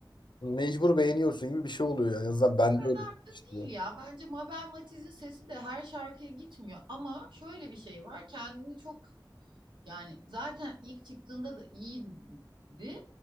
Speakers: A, on the left; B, on the right.
A: mecbur beğeniyorsun gibi bir şey oluyor yani. En azından bende
B: O kadar
A: öyle
B: da
A: işliyor.
B: değil ya. Bence Mabel Matiz'in sesi de her şarkıya gitmiyor. Ama şöyle bir şey var. Kendini çok Yani zaten ilk çıktığında da iyiydi